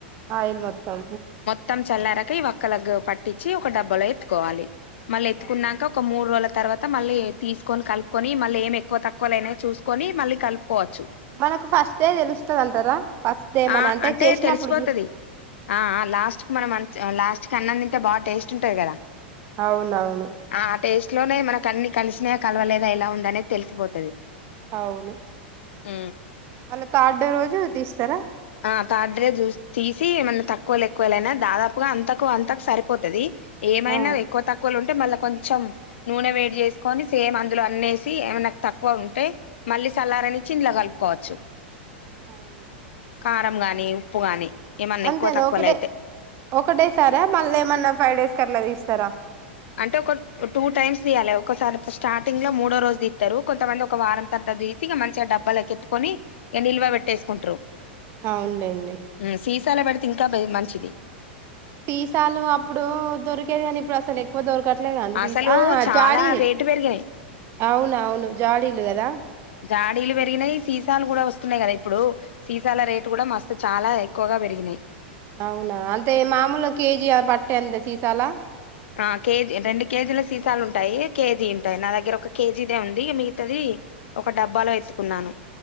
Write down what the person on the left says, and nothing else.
త్తం చల్లారక ఈ వక్కలగు పట్టిచ్చి ఒక డబ్బలో ఎత్తుకోవాలి మళ్ళ ఎత్తుకున్నాంక
ఒక మూడు రోల తర్వాత మళ్ళీ తీస్కొని కల్పుకొని మళ్ళ ఏం ఎక్వ తక్వలైనా చూస్కొని మళ్ళీ కల్ప్కోవచ్చు
ఆ అంటే
తెల్సిపోతది
ఆ ఆ లాస్ట్కు మనం అన్ ఆ లాస్ట్ క అన్నం దింటే బా టేస్ట్ ఉంటది గదా
ఆ ఆ టేస్ట్ లోనే మనకు అన్ని కల్షినయ కల్వలేదా ఇలా ఉందనేది తెల్సిపోతది
ఆ
ఆ తడే జూస్ తీసి ఏమన్న తక్కోలు ఎక్కోలేనా దాదాపుగా అంతకు అంతకు సరిపోతది ఏమైనా
ఎక్వ తక్వలు ఉంటే మళ్ళ కొంచం నూనె వేడ్ జేస్కొని సేమ్ అందులో అన్నేసి ఏమైనా తక్వ ఉంటే మళ్ళీ సల్లారనిచ్చి ఇన్లా కలుపుకోవచ్చు
కారం గాని ఉప్పు గాని ఏమన్నా
ఎక్కువ తక్కువలు
అయితే
అంటే ఒక టూ టైమ్స్ తీయాలే ఒకసారి స్టార్టింగ్ ల మూడో రోజు దిత్తరు కొంతమంది ఒక వారం తది తీసి ఇగ మంచిగా డబ్బాలకెట్టుకొని ఇయ నిల్వ వెట్టేస్కుట్రు
ఉ సీసాల వేడ్తే ఇంకా బే మంచిది
అసలు
చాలా
రేటు పెరిగినాయి
జాడీలు వెర్గినే సీసాలు గుడా ఒస్తునే గద ఇప్పుడు సీసాల రేటుగూడ మస్తు చాలా ఎక్కువగా పెరిగినే
ఆ కేజీ రెండు కేజీల సీసాలు ఉంటాయి కేజీ ఇంటాయి నా దగ్గర ఒక కేజీదే ఉంది ఇగ మిగతాది ఒక డబ్బాలో ఎత్తుకున్నాను